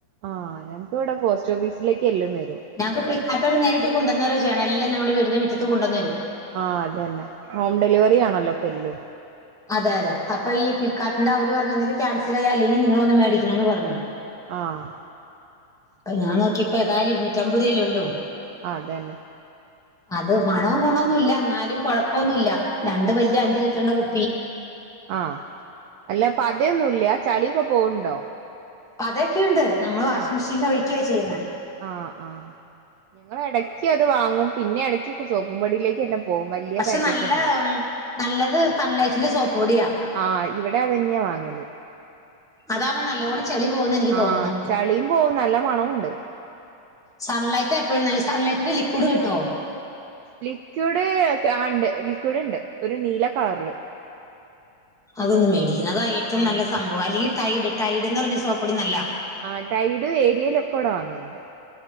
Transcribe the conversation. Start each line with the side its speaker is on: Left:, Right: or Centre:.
Right: ആഹ് ഞങ്ങൾക്ക് ഇവിടെ പോസ്റ്റ് ഓഫീസിലേക്ക് എല്ലാം വരും.
Centre: ഞങ്ങക്ക് ഫ്ലിപ്പകർട്ട്കാരിട്ട് നേരിട്ട് കൊണ്ടെന്ന് വരുകയാണ് എല്ലാം ഞങ്ങടെ വീടിന്റെ മുറ്റത്ത് കൊണ്ടുവന്നുതരും.
Right: ആഹ് അതന്നെ. ഹോം ഡെലിവറി ആണല്ലോ ഇപ്പോൾ എല്ലും
Centre: അതെ അതെ അപ്പ ഈ ഫ്ലിപ്പ്കാർട്ടിന്റെ അവര് പറഞ്ഞു ഒന്നെങ്കിൽ ക്യാൻസൽ ചെയ്യാം. അല്ലെങ്കിൽ നിങ്ങൾ വന്ന് മേടിക്കണമന്ന് പറഞ്ഞു.
Right: ആഹ്
Centre: അപ്പ ഞാൻ നോക്കിയപ്പോ ഏതായാലും ഇരുന്നൂറ്റാമ്പത് രൂപയല്ലേ ഉള്ളൂ.
Right: ആഹ് അതന്നെ
Centre: അത് മണവും ഗുണൊന്നുല്ല. എന്നാലും കുഴപ്പമൊന്നുല്ല. രണ്ടു വലിയ
Right: ആഹ്
Centre: അഞ്ചു ലിറ്ററിന്റെ കുപ്പി.
Right: ആഹ് അല്ല പതയൊന്നൂല്ല. ചളിയൊക്കെ പോവുണ്ടോ?
Centre: പത ഒക്കെ ണ്ട് നമ്മള് വാഷിംഗ്
Right: ആഹ്
Centre: മെഷേനിൽ ഒഴുക്കയ ചെയ്യുന്നത്
Right: ആഹ് ആഹ് ഞങ്ങ ഇടക്ക് അത് വാങ്ങും പിന്നെ ഇടക്ക് സോപ്പും പൊടിയിലേക്ക് തന്നെ പോവും വലിയ
Centre: പക്ഷെ
Right: പാക്കറ്റ്
Centre: നല്ല
Right: ഉണ്ടാവ
Centre: ഉം, നല്ലത് സൺലൈറ്റ് ന്റെ സോപ്പ് പൊടിയാ
Right: ആഹ് ഇവിടെ അതെന്നെയാ വാങ്ങല്
Centre: അതാവുമ്പോ നല്ലോണം ചെളി പോകുന്ന് എനിക്ക്
Right: ആഹ്
Centre: തോന്നണു
Right: ചളിയും പോവും നല്ല മണൊണ്ട്
Centre: സൺലൈറ്റ് എപ്പോഴും നല്ലത് സൺലൈറ്റിന്റെ ലിക്വിഡ് കിട്ടോ
Right: ലിക്വിഡ് ആണ്ട് ലിക്വിഡ്ണ്ട് ഒരു നീല കളറില്
Centre: അതൊന്ന് മേടിക്കണം അതാ ഏറ്റവുംനല്ലസംഭവ
Right: ആഹ്
Centre: അല്ലെങ്കി ടൈഡ് ടൈഡ്ന്നറ്ഞ്ഞ സോപ്പൊടി നല്ലാ
Right: ആഹ് ടൈഡ് ഏരിയൽ ഒക്കെവിടെ വാങ്ങൽണ്ട്